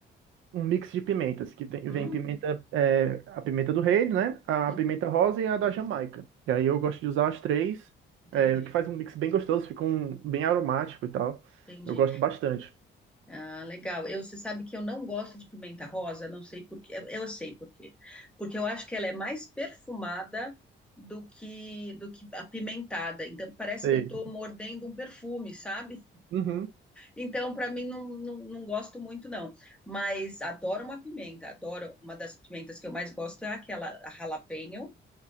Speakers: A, on the right (about 80°); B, in the centre.
A: um mix de pimentas, que tem-
B: Hum,
A: vem pimenta, é, a pimenta do reino, né? A
B: uhum,
A: pimenta rosa e a da Jamaica. E aí eu gosto de usar as três,
B: entendi,
A: é, o que faz um mix bem gostoso, fica um, bem aromático e tal.
B: entendi.
A: Eu gosto bastante.
B: Ah, legal. Eu, você sabe que eu não gosto de pimenta rosa, não sei por quê. Eu, eu sei por quê. Porque eu acho que ela é mais perfumada do que, do que apimentada. Então parece
A: Sei.
B: que eu estou mordendo um perfume, sabe?
A: Uhum,
B: Então, para mim, não, não, não gosto muito, não. Mas adoro uma pimenta, adoro. Uma das pimentas que eu mais gosto é aquela a jalapeño.